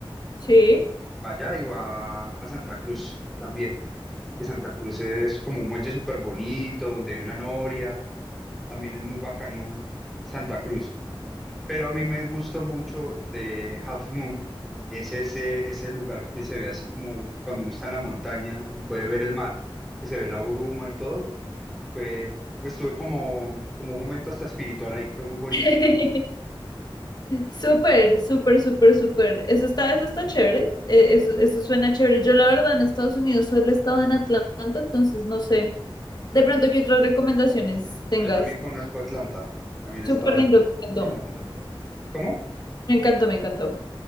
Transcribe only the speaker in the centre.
va Allá y va a Santa Cruz también. Que Santa Cruz es como un muelle súper bonito donde hay una noria. También es muy bacano Santa Cruz. Pero a mí me gustó mucho de Half Moon, es ese, ese lugar que se ve así como cuando uno está en la montaña y puede ver el mar, que se ve la bruma y todo. Fue, pues tuve como, como un momento hasta espiritual ahí, fue muy bonito.
Ah, Yo también conozco Atlanta, también
he estado
en,
en Atlanta. ¿Cómo?